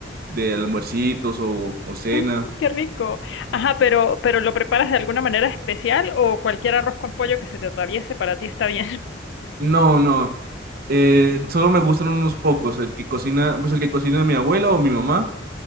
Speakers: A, on the right; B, on the left.
A: de almuercitos o, o cena.
B: Ah, qué rico. Ajá, pero, pero ¿lo preparas de alguna manera especial o cualquier arroz con pollo que se te atraviese para ti está bien? <laughs>
A: No, no. eh, solo me gustan unos pocos. El que cocina, pues el que cocina mi abuela o mi mamá.